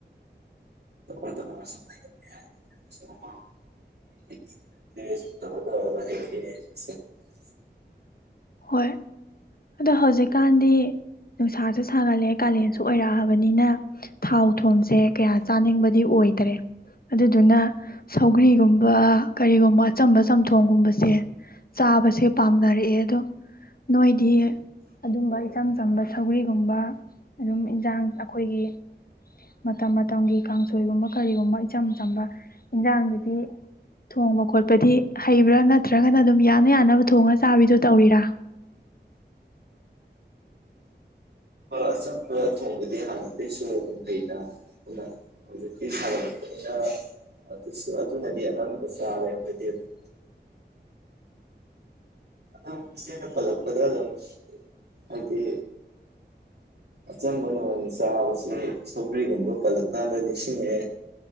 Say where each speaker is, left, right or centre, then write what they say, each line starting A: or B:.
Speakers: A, on the right; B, on the left.
A: ꯇ ꯇ ꯇ <unintelligible>
B: ꯍꯣꯏ ꯑꯗꯣ ꯍꯧꯖꯤꯛꯀꯥꯟꯗꯤ ꯅꯨꯡꯁꯥꯁꯦ ꯁꯥꯒꯠꯂꯛꯑꯦ ꯀꯥꯂꯦꯟꯁꯨ ꯑꯣꯏꯔꯛꯑꯕꯅꯤꯅ ꯊꯥꯎ ꯊꯨꯝꯁꯦ ꯀꯌꯥ ꯆꯥꯅꯤꯡꯕꯗꯤ ꯑꯣꯏꯗ꯭ꯔꯦ ꯑꯗꯨꯗꯨꯅ ꯁꯧꯒ꯭ꯔꯤꯒꯨꯝꯕ ꯀꯔꯤꯒꯨꯝꯕ ꯑꯆꯝꯕ ꯆꯝꯊꯣꯡꯒꯨꯝꯕꯁꯦ ꯆꯥꯕꯁꯦ ꯄꯥꯝꯅꯔꯛꯑꯦ ꯑꯗꯣ ꯅꯣꯏꯗꯤ ꯑꯗꯨꯝꯕꯩ ꯏꯆꯝ ꯆꯝꯕ ꯁꯧꯒ꯭ꯔꯤꯒꯨꯝꯕ ꯑꯗꯨꯝ ꯏꯟꯖꯥꯡ ꯑꯩꯈꯣꯏꯒꯤ ꯃꯇꯝ ꯃꯇꯝꯒꯤ ꯀꯥꯡꯁꯣꯏꯒꯨꯝꯕ ꯀꯔꯤꯒꯨꯝꯕ ꯏꯆꯝ ꯆꯝꯕ ꯏꯟꯖꯥꯡꯁꯤꯗꯤ ꯊꯣꯡꯕ ꯈꯣꯠꯄꯗꯤ ꯍꯩꯕ꯭ꯔꯥ ꯅꯠꯇ꯭ꯔꯒꯅ ꯑꯗꯨꯝ ꯌꯥꯅ ꯌꯥꯅꯕ ꯊꯣꯡꯉ ꯆꯥꯕꯤꯗꯣ ꯇꯧꯔꯤꯔꯥ
A: ꯑꯆꯪꯄ ꯊꯣꯡꯕꯗꯤ ꯍꯥꯟꯅꯇꯩꯁꯨ ꯎꯨꯝꯍꯩꯗ ꯑꯗꯨ ꯍꯧꯖꯤꯛꯇꯤ ꯁꯥꯒꯠꯂꯛꯄꯅꯤꯅꯁꯨ ꯑꯗꯨꯅꯗꯤ ꯑꯉꯝꯕ ꯆꯥꯔꯦ ꯑꯩꯈꯣꯏꯗꯤ ꯑꯗꯨꯝ ꯑꯗꯨꯝ ꯆꯦꯅ ꯄꯥꯂꯛꯞꯗ ꯑꯗꯨꯝ ꯍꯥꯏꯗꯤ ꯑꯆꯝꯕ ꯅꯣꯡ ꯆꯥꯕꯁꯤ ꯁꯧꯒ꯭ꯔꯤꯒꯨꯝꯕ ꯄꯜꯂꯀꯥꯟꯗ ꯅꯤꯡꯁꯤꯡꯉꯛꯑꯦ